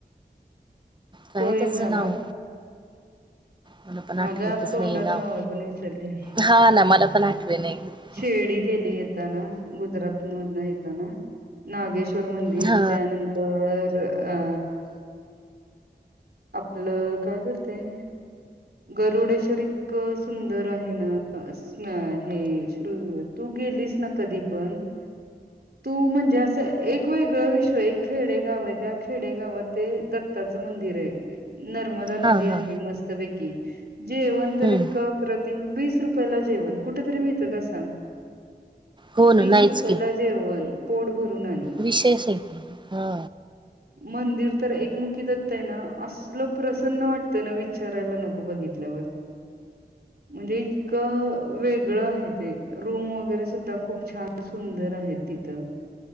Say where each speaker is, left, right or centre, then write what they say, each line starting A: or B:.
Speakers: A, on the right; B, on the right.
A: काय
B: तो एक
A: त्याच
B: झाला
A: नाव. मला पण
B: माझ्या
A: आठवतच
B: आत तोंडात
A: नाही नाव
B: नावय पण विसरली
A: हा ना मला पण आठवे ना एकदम
B: शेर्डी केली. दिली यता ना गुजरात. येता ना नागेश्वर मंदिर
A: हा
B: त्यानंतर. अ आपलं काय करतेय. गरुडेश्वर इतकं सुंदर आहे ना हे श तू गेलीस ना कधी पण. तू म्हणजे असं एक वेगळं विश्व एक खेडेगाव आहे त्या खेडेगावात ते दत् च मंदिर आहे. नर्मदा
A: हा
B: नदी
A: हा
B: आहे मस्तपैकी जेवण
A: हम्म
B: तर इतकं प्रतिम वीस रुपये. पहिला जेवण कुठ तरी मिळत का सांग.
A: हो ना
B: वीस
A: नाहीच
B: रुपये
A: की
B: ला जेवण पोट भरून आणि
A: विशेष आहे की हा
B: मंदिर तर एकमुखीदत्ता ना असल प्रसन्न वाटतंय ना विचारायला नको. तु बघितल्यावर म्हणजे इतकं वेगळं आहे ते रूम वगैरे सुद्धा खूप छान सुंदर आहेत. तिथं.